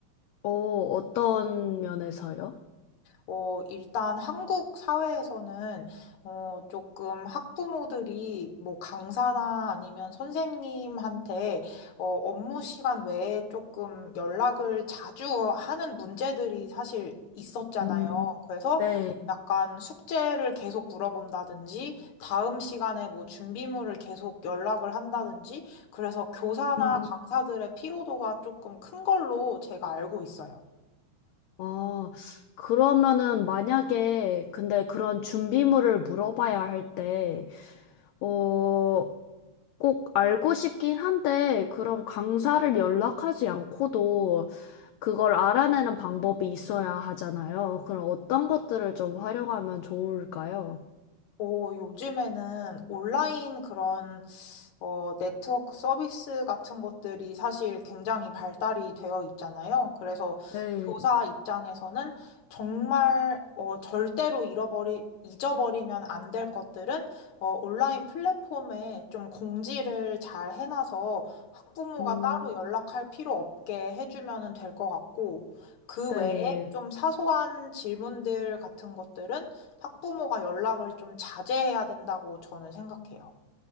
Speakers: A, on the left (about 75°); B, on the left (about 55°).
A: 어, 어떤 면에서요?
B: 어, 일단 한국 사회에서는, 어, 조금 학부모들이 뭐 강사나 아니면 선생님한테, 어, 업무 시간 외에 조금 연락을 자주 하는 문제들이 사실 있었잖아요.
A: 음,
B: 그래서
A: 네.
B: 약간 숙제를 계속 물어본다든지, 다음 시간에 뭐 준비물을 계속 연락을 한다든지, 그래서 교사나
A: 음,
B: 강사들의 피로도가 조금 큰 걸로 제가 알고 있어요.
A: 아, 그러면은 만약에 근데 그런 준비물을 물어봐야 할 때, 어, 꼭 알고 싶긴 한데, 그럼 강사를 연락하지 않고도 그걸 알아내는 방법이 있어야 하잖아요. 그럼 어떤 것들을 좀 활용하면 좋을까요?
B: 어, 요즘에는 온라인 그런 어, 네트워크 서비스 같은 것들이 사실 굉장히 발달이 되어 있잖아요. 그래서
A: 네,
B: 교사 입장에서는 정말 어, 절대로 잃어버리, 잊어버리면 안 될 것들은 어, 온라인 플랫폼에 좀 공지를 잘 해놔서 학부모가
A: 음,
B: 따로 연락할 필요 없게 해주면 될 것 같고, 그
A: 네.
B: 외에 좀 사소한 질문들 같은 것들은 학부모가 연락을 좀 자제해야 된다고 저는 생각해요.